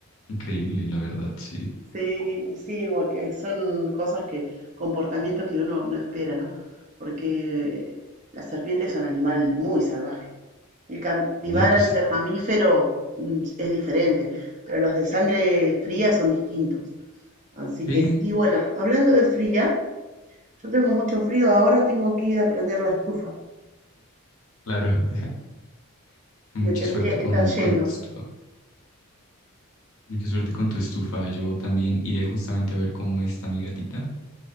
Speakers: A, on the left; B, on the right.
A: Increíble, la verdad, sí.
B: Sí, y sí, porque son cosas que, comportamientos que uno no espera, ¿no? Porque la serpiente es un animal muy salvaje. El capibara,
A: Sí, pues
B: al
A: sí.
B: ser mamífero, mm, es diferente, pero los de sangre fría son distintos. Así
A: Sí,
B: que, y bueno, hablando de fría, yo tengo mucho frío, ahora tengo que ir a prender la estufa.
A: claro. <laughs> Mucha
B: Me tendría
A: suerte con,
B: que estar yendo.
A: con tu estufa. Mucha suerte con tu estufa. Yo también iré justamente a ver cómo está mi gatita.